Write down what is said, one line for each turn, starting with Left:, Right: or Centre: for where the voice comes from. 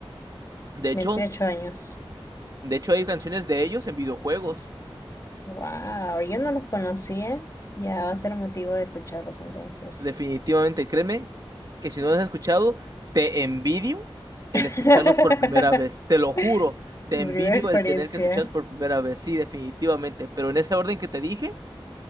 Right: De hecho,
Left: 28 años.
Right: de hecho hay canciones de ellos en videojuegos.
Left: ¡Wow! Yo no los conocía. Ya va a ser motivo de escucharlos entonces.
Right: Definitivamente, créeme que si no los has escuchado, te envidio
Left: <laughs>
Right: el escucharlos por primera vez, te lo juro, te
Left: Mi
Right: envidio
Left: primera experiencia.
Right: el tener que escucharlos por primera vez, sí, definitivamente, pero en ese orden que te dije,